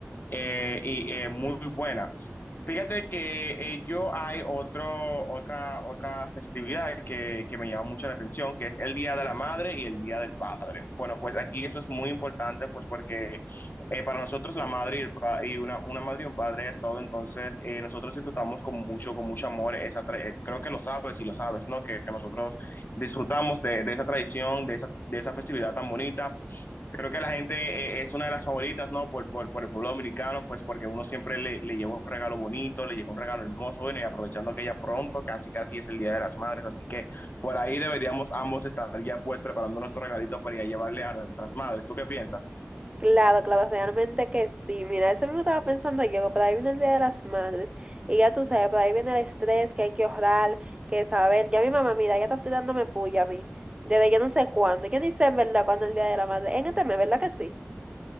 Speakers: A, on the left (about 45°); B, on the right (about 25°).
A: eh, y, eh, muy buena. Fíjate que eh, yo hay otro, otra, otra festividad que, que me llama mucho la atención, que es el Día de la Madre y el Día del Padre. Bueno, pues aquí eso es muy importante, pues porque eh, para nosotros la madre y, el pa- y una, una madre y un padre es todo, entonces eh, nosotros disfrutamos con mucho, con mucho amor esa, tra- eh, creo que lo sabes y lo sabes, ¿no? Que, que nosotros disfrutamos de, de esa tradición, de esa, de esa festividad tan bonita. Creo que la gente eh, es una de las favoritas, ¿no? Por, por, por el pueblo dominicano, pues porque uno siempre le, le lleva un regalo bonito, le llega un regalo hermoso, bueno, y aprovechando que ya pronto, casi casi es el Día de las Madres, así que por ahí deberíamos ambos estar ya pues preparando nuestro regalito para ir a llevarle a nuestras madres. ¿Tú qué piensas?
B: Claro, claro, realmente que sí. Mira, eso mismo estaba pensando yo, que por ahí viene el Día de las Madres. Y ya tú sabes, por ahí viene el estrés, que hay que ahorrar, que saber. Ya mi mamá, mira, ya está tirándome puya a mí. Desde yo no sé cuándo. Yo ni sé en verdad cuándo es el Día de la Madre. En este mes, ¿verdad que sí?